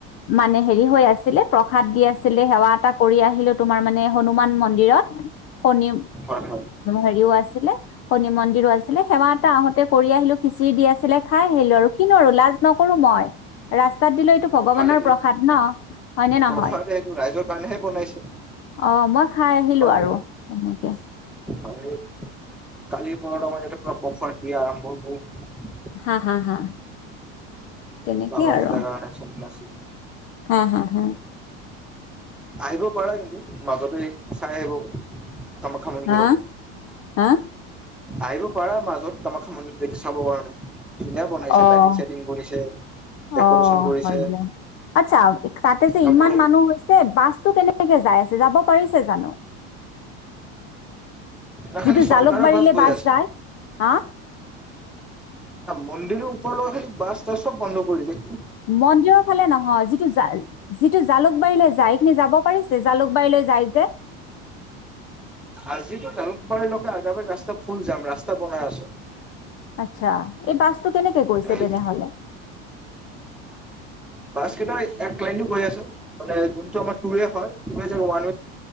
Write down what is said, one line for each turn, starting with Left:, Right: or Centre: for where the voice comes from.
Left: মানে হেৰি হৈ আছিলে প্ৰসাদ দি আছিলে সেৱা এটা কৰি আহিলো তোমাৰ মানে হনুমান মন্দিৰত শনি
Centre: হয় হয়
Left: হেৰিও আছিলে শনি মন্দ আছিলে সেৱা এটা আহোতে কৰি আহিলো খিচিৰি দি আছিলে খাই আহিলো আৰু কিনো আৰু লাজ নকৰো মই ৰাস্তাত দিলো এইটো ভগৱানৰ
Centre: ভালে
Left: প্ৰসাদ ন হয়নে নহয়
Centre: প্ৰফাৰতে সেইটো ৰাইজৰ কাৰণেহে বনাইছে
Left: আহ মই খাই আহিলো
Centre: নে
Left: আৰু তেনেকে
Centre: হয়। কালি পন্ মাৰ প্ৰফাৰ <unintelligible> আৰম্ভ হব
Left: হা হা হা তেনেকে
Centre: বাবাটোটা
Left: আৰু
Centre: গান চনছিল
Left: হা হা হা
Centre: আহিব পাৰা কিন্তু মাজতে চাই আহিব তম ক এক
Left: হা
Centre: আৰু
Left: হা
Centre: আহিব পাৰা মাজত তোমাক সাম চাব কাৰণে ধুনীয়া বনাইছে
Left: অঁ
Centre: লাইটিং চাইটিং কৰিছে ডেক'ৰেচন
Left: অঁ
Centre: কৰিছে
Left: হয় দিয়া আচ্ছা তাতে যে
Centre: আকৌ
Left: ইমান মানুহ হৈছে বাছতটো কেনেক কেনেকে যাই আছে যাব পাৰিছে জানো!
Centre: না
Left: যিটো
Centre: খালি চৰকাৰৰ
Left: জালুকবাৰীলৈ
Centre: গৈ
Left: বাছ
Centre: আছে
Left: যায় হা
Centre: মন্দিৰ উপৰ লগ সেই বাছ দ চব বন্ধ কৰি যায়।
Left: মন্দিৰৰ ফালে নহয়, যিটো জ যিটো জালুকবাৰীলৈ যাই খিনি যাব পাৰিছে জালুকবাৰীলৈ যাই যে
Centre: আজিতো জালুকবাৰীলৈকে আদাবাৰ ৰাস্তা ফুল যাম ৰাস্তা বনাই আছে।
Left: আচ্ছা এই বাছটো কেনেকে গৈছে
Centre: এই
Left: তেনেহলে
Centre: বছ কেইটা এক লাইন হৈ আছে মান যোনটোৰ হয়ান